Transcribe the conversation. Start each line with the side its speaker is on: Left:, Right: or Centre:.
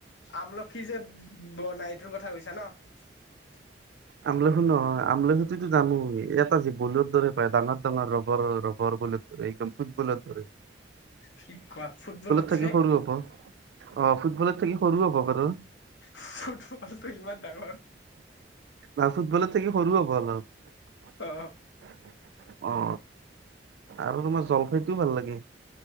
Left: আমলখি যে বৰ্ণাইটোৰ কথা কৈছা ন'?
Right: আমলখু নহয় আমলখুটোতো জানো এটা যে বলত দৰে পায় ডাঙাৰ, ডাঙাৰ ৰবৰৰ ৰবৰ বলত দৰে একদম ফুটবলৰ দৰে।
Left: কি কোৱা ফুটবলত
Right: থাকি
Left: হে
Right: সৰু হ'ব অ ফুটবলত থাকি সৰু হ'ব বাৰু
Left: ফুটবলটো ইমান ডাঙৰ।
Right: বা ফুটবলত থাকি সৰু হ'ব অলপ।
Left: অ
Right: অ আৰু তোমাৰ জলফাইটোও ভাল লাগে।